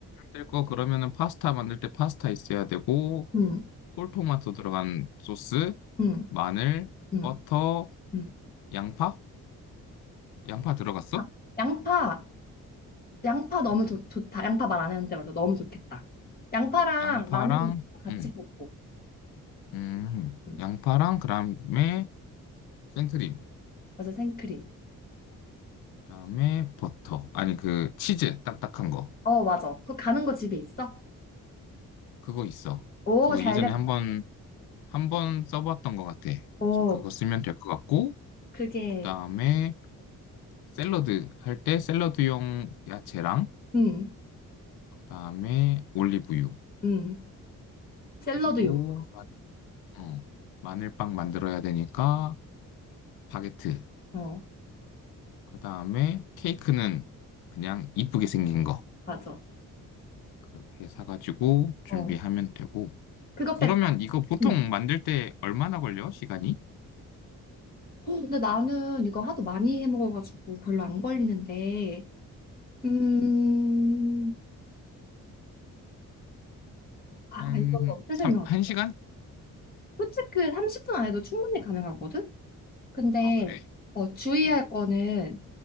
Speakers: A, on the left; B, on the left.
A: 될 거 그러면은 파스타 만들 때 파스타 있어야 되고
B: 음,
A: 콜토마토 들어간 소스,
B: 음,
A: 마늘,
B: 음,
A: 버터,
B: 음.
A: 양파? 양파 들어갔어?
B: 아, 양파 양파 너무
A: 응.
B: 좋, 좋다. 양파 말 안 했는데 맞아 너무 좋겠다. 양파랑
A: 양파랑
B: 마늘 같이
A: 응,
B: 볶고.
A: 음,
B: 음,
A: 양파랑 그다음에 생크림,
B: 맞아 생크림.
A: 그다음에 버터. 아니 그 치즈 딱딱한 거.
B: 어 맞아. 그거 가는 거 집에 있어?
A: 그거 있어.
B: 오
A: 그거
B: 잘됐.
A: 예전에 한번 한번 써봤던 것 같아.
B: 오
A: 그래서 그거 쓰면 될 것 같고
B: 그게
A: 그다음에 샐러드 할 때 샐러드용 야채랑
B: 음,
A: 그다음에 올리브유.
B: 음. 샐러드용.
A: 그리고 마- 어, 마늘빵 만들어야 되니까 바게트.
B: 어
A: 그 다음에 케이크는 그냥 이쁘게 생긴 거
B: 맞아.
A: 그렇게 사가지고 준비하면
B: 어
A: 되고.
B: 그거
A: 그러면
B: 뺐다.
A: 이거 보통
B: 응.
A: 만들 때 얼마나 걸려? 시간이?
B: 어, 근데 나는 이거 하도 많이 해 먹어가지고 별로 안 걸리는데, 음, 아,
A: 한
B: 이걸 어떻게 설명할까?
A: 한시간
B: 솔직히 30분 안에도 충분히 가능하거든? 근데,
A: 아, 그래?
B: 어, 주의할
A: 응.
B: 거는,